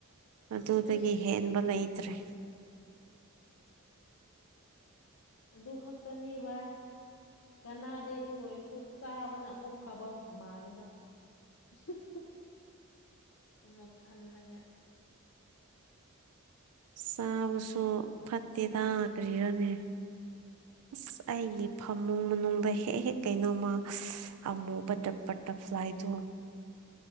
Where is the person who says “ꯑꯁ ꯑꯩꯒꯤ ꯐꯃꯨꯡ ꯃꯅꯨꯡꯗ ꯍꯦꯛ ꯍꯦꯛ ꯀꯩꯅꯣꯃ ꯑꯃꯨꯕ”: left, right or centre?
Right